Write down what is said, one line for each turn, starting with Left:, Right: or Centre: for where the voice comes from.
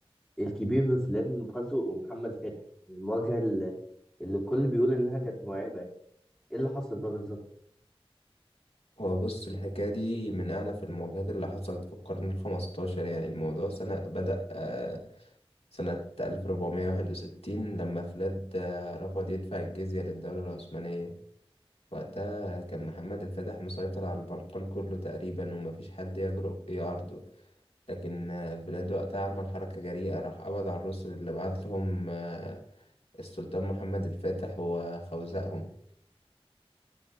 Centre: الكبير بين فلان مخزوق ومحمد فتحي يعني المواجهة اللي اللي الكل بيقول إنها كانت مرعبة يعني إيه اللي حصل بقى بالظبط؟
Left: هو بص الحكاية دي من أعنف المواجهات اللي حصلت في القرن الخمستاشر يعني الموضوع سنة بدأ آه، سنة 1461 لما فلاد آه، رفض يدفع الجزية للدولة العثمانية وقتها كان محمد الفاتح مسيطر على البلقان كله تقريبا ومفيش حد يجرؤ يعارضه لكن آه، فلاد وقتها عمل حركة جريئة راح قبض على الرسل اللي بعت لهم آه، السلطان محمد الفاتح وخوزقهم